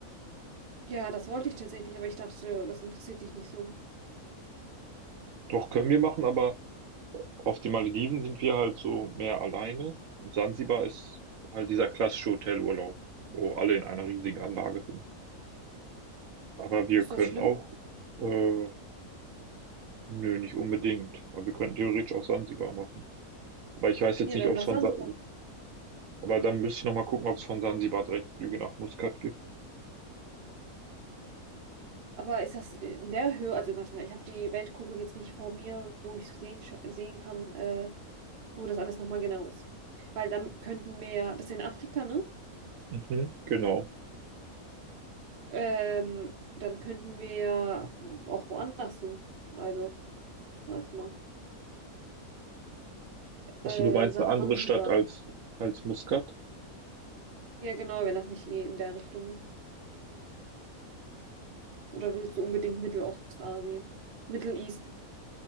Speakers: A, on the right; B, on the right.
A: Ja, das wollte ich tatsächlich, aber ich dachte, das interessiert dich nicht so.
B: Doch können wir machen, aber auf den Malediven sind wir halt so mehr alleine. Und Sansibar ist halt dieser klassische Hotelurlaub, wo alle in einer riesigen Anlage sind. Aber wir
A: Findest
B: können
A: du das schlimm?
B: auch, äh, nö, nicht unbedingt. Aber wir könnten theoretisch auch Sansibar machen. Weil ich weiß jetzt
A: Ja,
B: nicht,
A: dann
B: ob
A: lass
B: es von,
A: dann.
B: Sa
A: so.
B: aber dann müsste ich nochmal gucken, ob es von Sansibar direkt Flüge nach Muscat gibt.
A: Aber ist das in der Höhe, also warte mal, ich habe die Weltkugel jetzt nicht vor mir, wo ich sehen, scha- sehen kann, äh, wo das alles nochmal genau ist. Weil dann könnten wir, ja, das ist in Afrika, ne?
B: Mhm, genau.
A: Ähm, dann könnten wir ja auch woanders hin. Also, warte mal. Äh,
B: Achso, du meinst
A: Sansibar.
B: eine andere Stadt als, als Muscat?
A: Ja, genau, wenn das nicht eh in der Richtung ist. Oder willst du unbedingt Mittelostasien? Middle East.